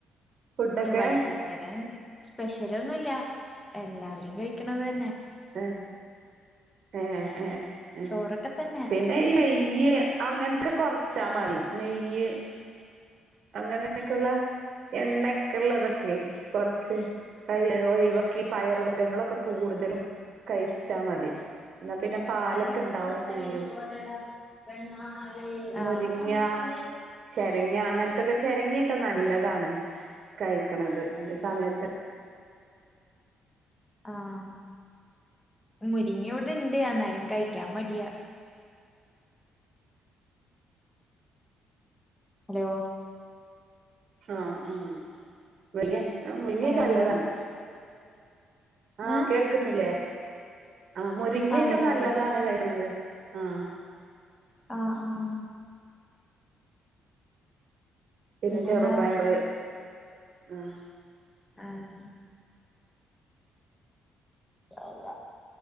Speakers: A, on the right; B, on the left.
A: ഫുഡൊക്കെ
B: ഏഹ്, വൈകുന്നേരം സ്പെഷ്യലൊന്നു ല്ല, എല്ലാവരും കഴിക്കണ തന്നെ.
A: ആഹ് എഹ് ഏഹ് എഹ്
B: ചോറൊക്കെ തന്നെ
A: പിന്നെ ഇ നെയ്യ് യ്യ് അങ്ങനത്തെ കൊറച്ചാ മതി നെയ്യ് അങ്ങനോക്കെയുള്ള. എണ്ണ ക്കെള്ളുതൊക്കെ കുറച്ച് കൈവയും ഒയിവാക്കി, പയർ വർ ഗങ്ങളൊക്കെ കൂടുതലും കഴിച്ചാ മതി. എന്നാ പിന്നെ. പാലൊക്കെ
B: ആഹ്
A: ഉണ്ടാവും ചെയ്യും
B: <unintelligible>
A: മുരിങ്ങ ചെരങ്ങ അങ്ങൻത്തൊക്കെ ചിരങ്ങൊക്കെ നല്ലതാണ് കഴിക്കണത് ഈ സമയത്ത്
B: ആഹ് മുരിങ്ങവിടെണ്ട് എന്നാലും കഴിക്കാൻ മടിയാ. ഹലോ
A: ആഹ് ആഹ് മുരിങ്ങ മുരിങ്ങൊക്ക
B: ഹലോ
A: ല്ലതാണ്. ആഹ്
B: ഏഹ്
A: കേൾക്കുന്നില്ലേ, ആ മുരിങ്ങയൊക്കെ
B: ആഹ് കേക്കണുണ്ട്
A: നല്ലതാണ് കയിക്ക്‌ണത്. ആഹ്
B: ആഹ് ആഹ്
A: പിന്നെ
B: പിന്നെന്താ
A: ചെറുപയറ് ആഹ്
B: ആഹ് <unintelligible>